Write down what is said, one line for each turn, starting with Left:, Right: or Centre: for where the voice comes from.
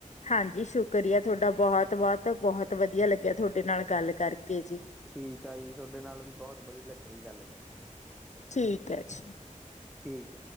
Left: ਹਾਂਜੀ, ਸ਼ੁਕਰ ਆ ਥੋੱਡਾ ਬੋਹਤ, ਬੋਹਤ, ਬੋਹਤ ਵਦੀਆ ਲੱਗਿਆ ਥੋਡੇ ਨਾਲ ਗੱਲ ਕਾਰਕੇ ਜੀ।
Centre: ਠੀਕ ਆ ਜੀ, ਥੋਡੇ ਨਾਲ ਵੀ ਬੋਤ ਬਦੀਆ ਲੱਗਾ ਜੀ ਗਾੱਲ ਕਾਰਕੇ।
Left: ਠੀਕ ਐ ਜੀ।
Centre: ਠੀਕ।